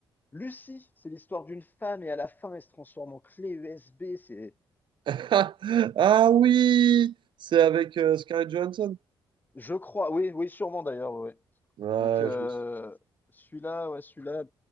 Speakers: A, on the left (about 20°); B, on the right (about 60°).
A: Lucie. C'est l'histoire d'une femme et à la fin, elle se transforme en clé USB. C'est,
B: <laughs> Ah oui! C'est avec euh, Scarlett Johansson.
A: je crois, oui, oui, sûrement d'ailleurs, ouais. ouais.
B: Ouais,
A: Donc, euh,
B: je me suis-
A: celui-là, ouais, celui-là,